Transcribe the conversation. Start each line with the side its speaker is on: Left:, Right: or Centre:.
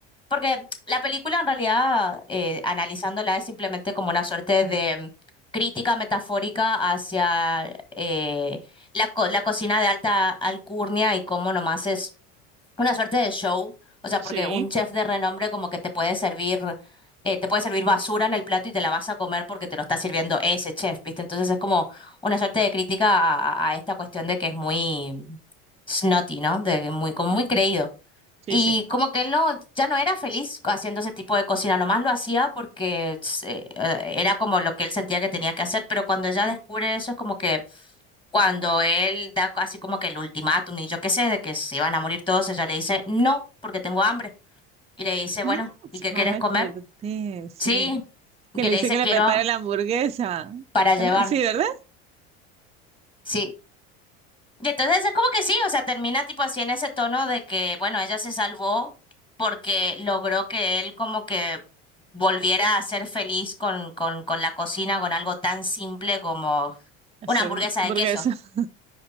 Left: Porque la película en realidad, eh, analizándola, es simplemente como una suerte de crítica metafórica hacia eh, la, co- la cocina de alta alcurnia y cómo nomás es una suerte de show, o sea,
Right: Sí,
Left: porque un chef de renombre como que te puede servir, eh, te puede servir basura en el plato y te la vas a comer porque te lo está sirviendo ese chef, ¿viste? Entonces es como una suerte de crítica a, a a esta cuestión de que es muy snotty, ¿no? De que muy, como
Right: mm,
Left: muy creído.
Right: sí,
Left: Y
Right: sí.
Left: como que él no, ya no era feliz haciendo ese tipo de cocina, nomás lo hacía porque se- eh, eh, era como lo que él sentía que tenía que hacer, pero cuando ella descubre eso es como que cuando él da así como que el ultimátum y yo qué sé, de que se iban a morir todos, ella le dice, no, porque tengo hambre. Y le dice,
Right: Ah,
Left: bueno, ¿y
Right: ya
Left: qué quieres
Right: me
Left: comer?
Right: acordé, sí.
Left: Sí, Y
Right: Que
Left: que
Right: le
Left: le
Right: dice
Left: dice,
Right: que le
Left: quiero
Right: prepare la hamburguesa.
Left: para
Right: Bueno,
Left: llevar.
Right: Sí, ¿verdad?
Left: Sí. Y entonces es como que sí, o sea, termina tipo así en ese tono de que, bueno, ella se salvó porque logró que él como que volviera a ser feliz con, con, con la cocina, con algo tan simple como
Right: Hacer
Left: una hamburguesa
Right: un hamburguesa.
Left: de queso.
Right: <laughs>